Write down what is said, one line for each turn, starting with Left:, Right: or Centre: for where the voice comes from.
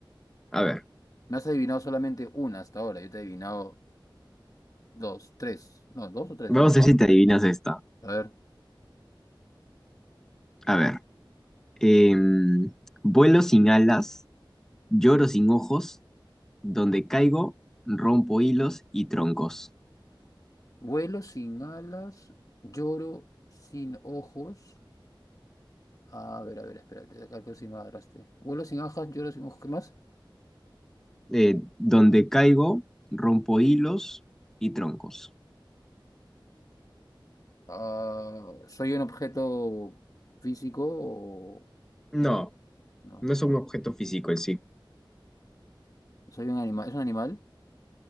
Centre: a ver,
Left: Me has adivinado solamente una hasta ahora, yo te he adivinado dos, tres, no, dos o tres,
Centre: vamos
Left: no me acuerdo.
Centre: a ver si te adivinas esta.
Left: A ver,
Centre: A ver. eh, vuelo sin alas, lloro sin ojos, donde caigo, rompo hilos y troncos.
Left: vuelo sin alas, lloro sin ojos. A ver, a ver, espérate, acá que sin agarraste. Vuelo sin ajas, lloro sin ojos, ¿qué más?
Centre: Eh, donde caigo, rompo hilos y troncos.
Left: Ah, ¿soy un objeto físico o,
Centre: No,
Left: o no?
Centre: no es un objeto físico en sí.
Left: ¿Soy un animal? ¿Es un animal?